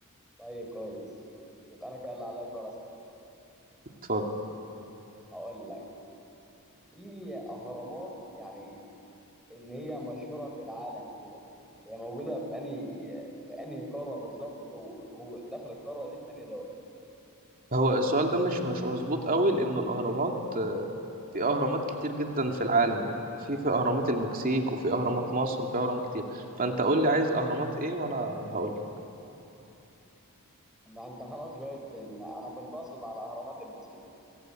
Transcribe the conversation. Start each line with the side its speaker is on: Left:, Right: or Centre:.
Centre: طيب كويس يبقى انا كان اللي عليا الدور اسالك
Right: اتفضل
Centre: هقول لك في اهرامات يعني ان هي مشهوره في العالم كده هي موجوده في انهي في انهي قاره بالظبط و- وداخل القاره دي في انهي دوله
Right: هو السؤال ده مش مش مظبوط قوي لأنه الأهرامات آه، في أهرامات كتير جدا في العالم يعني في في أهرامات المكسيك وفي أهرامات مصر وفي أهرامات كتير فأنت قول لي عايز أهرامات إيه وأنا هقول لك
Centre: ما انت خلاص جاوبت ان انا كنت اقصد على اهرامات المكسيك